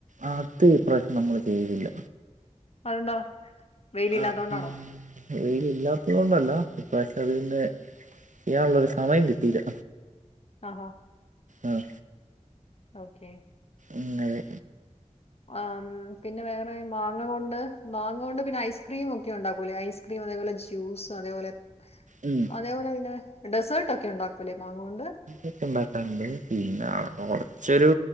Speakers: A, on the right; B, on the left.
A: ആഹ് അത് ഈ പ്രാവശ്യം നമ്മള് ചെയ്യുന്നില്ല.
B: അതെന്താ? വെയിലില്ലാത്തോണ്ടാണോ
A: ആത് വെയിലില്ലാത്തത് കൊണ്ടല്ല ഇപ്രാശ്യം അത്‌പിന്നെ ചെയാനുള്ളൊരു സമയം കിട്ടിയില്ല.
B: ആഹ് ആഹാ.
A: അഹ്‌
B: ഓക്കെ.
A: ഇന്നലെ
B: ആം പിന്നെ വേറെ മാങ്ങ കൊണ്ട് മാങ്ങ കൊണ്ട് പിന്നെ ഐസ്ക്രീം ഒക്കെ ഉണ്ടാക്കൂലേ ഐസ് ക്രീം അതേപോലെ ജ്യൂസ് അതേപോലെ
A: ഉം.
B: അതേപോലെ പിന്നെ ഡെസേർട്ടൊക്കെ ഉണ്ടാക്കൂല്ലേ മാങ്ങ കൊണ്ട്?
A: ഒക്കെ ഉണ്ടാക്കാറ്ണ്ട് പിന്നെ കൊറച്ചൊരു